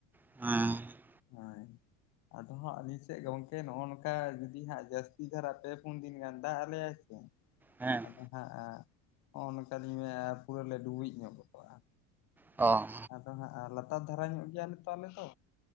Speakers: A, in the centre; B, on the left (about 50°).
A: <inaudible>
B: ᱦᱳᱭ᱾ ᱟᱫᱚ ᱦᱟᱸᱜ ᱟᱹᱞᱤᱧ ᱥᱮᱫ ᱜᱚᱝᱠᱮ ᱱᱚᱜᱚ ᱱᱚᱝᱠᱟ ᱡᱩᱫᱤ ᱦᱟᱸᱜ ᱡᱟᱹᱥᱛᱤ ᱫᱷᱟᱨᱟ ᱯᱮ ᱯᱳᱱ ᱫᱤᱱ ᱜᱟᱱ ᱫᱟᱜ ᱟᱞᱮᱟᱭ ᱥᱮ <inaudible>
A: ᱦᱮᱸ ᱾
B: <unintelligible> ᱦᱚᱸᱜᱚ ᱱᱚᱝᱠᱟ <unintelligible> ᱯᱩᱨᱟᱹ ᱞᱮ ᱰᱩᱵᱩᱡ ᱧᱚᱜᱚᱠᱚᱜ-ᱟ᱾
A: ᱚᱸ
B: ᱟᱫᱚ ᱦᱟᱸᱜ ᱞᱟᱛᱟᱨ ᱫᱷᱟᱨᱟ ᱧᱚᱜ ᱜᱮᱭᱟᱞᱮ ᱛᱚ ᱟᱞᱮ ᱫᱚ᱾